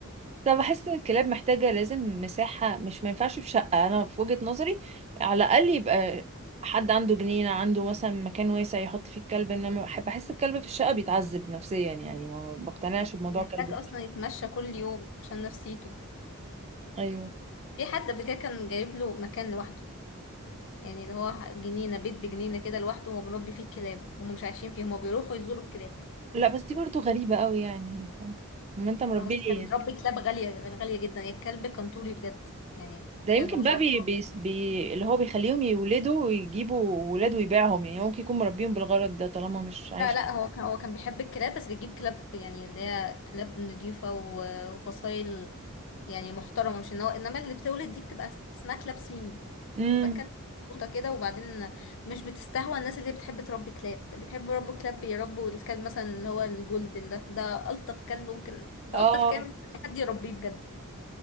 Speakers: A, on the right (about 30°); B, on the left (about 60°).
A: طب بحس ان الكلاب محتاجة لازم مساحة مش ما ينفعش في شقة انا في وجهة نظري على الاقل يبقى حد عنده جنينة عنده مثلا مكان واسع يحط فيه الكلب انما بحب بحس الكلب في الشقة بيتعذب نفسيا يعني ما بقتنعش بموضوع
B: محتاج
A: كلب في
B: اصلا
A: الشقة.
B: يتمشى كل يوم عشان نفسيته
A: ايوه
B: في حد قبل كده كان جايب له مكان لوحده يعني اللي هو جنينة بيت بجنينة كده لوحده هو مربي فيه الكلاب هم مش عايشين فيه هم بيروحوا يزوروا الكلاب
A: لا بس دي برضو غريبة قوي يعني مش عارفة. ما انت مربيه
B: اه بس
A: ليه
B: كان
A: يعني
B: ربي كلاب غالية غالية جدا الكلب كان طولي بجد يعني
A: ده يمكن
B: كلب ما
A: بقى
B: شاء
A: بي
B: الله
A: بي بي اللي هو بيخليهم يولدوا ويجيبوا ولاد ويبيعهم يعني هو ممكن يكون مربيهم بالغرض ده طالما مش عايش
B: لا لا هو كان هو كان بيحب الكلاب بس بيجيب كلاب يعني اللي هي كلاب نضيفة و- وفصايل يعني محترمة مش ان هو انما اللي بتولد دي بتبقى اسمها كلاب صيني
A: امم
B: بتبقى كلب قطة كده وبعدين مش بتستهوى الناس اللي بتحب تربي كلاب اللي بيحبوا يربوا كلاب بيربوا الكلب مثلا اللي هو الجولدن ده ده ألطف كلب ممكن ده
A: اه
B: ألطف كلب ممكن أي حد يربيه بجد